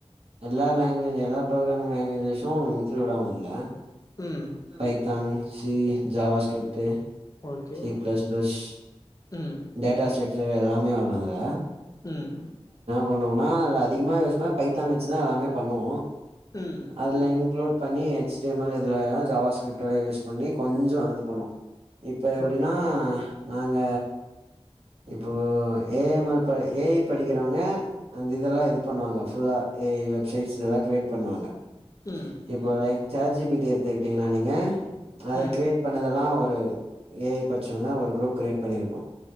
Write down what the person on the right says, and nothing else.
எல்லா லாங்குவேஜ் எல்லா ப்ரோக்ராமிங் லேங்குவேஜஸும் இன்க்ளூட் ஆவு இல்ல
Python C JavaScript
C plus plus
டேட்டா சக் செரி எல்லாமே வரோங்களா
பண்ணோனா அதுல அதிகம யூஸ் பண்ணா பைத்தான் வச்சு தா எல்லமே பண்ணுவோ
அதுல இங்க்ளூட் பண்ணி எச் டி எம் எல் இதுல வேனா ஜாவா ஸ்கிரிப்ட் எல்லா யூஸ் பண்ணி கொஞ்சோ அது பண்ணூ இப்ப எப்டின்னா
நாங்க இப்போ ஏ எம் எல் ப ஏ ஐ படிக்கிறவங்க அந்த இதுலா இது பண்ணுவாங்க ஃபுல்லா ஏ ஐ வெப்சைட்ஸ்ல எல்லா கிரியேட் பண்ணுவாங்க
இப்போ like chat G P T எடுத்துக்கிட்டீங்கன்னா நீங்க அத
கிரியேட் பண்ணதெல்லா ஒ ரு ஏஐ பச்சவங்க ஒரு குரூப் கிரியேட் பண்ணி இருக்கோ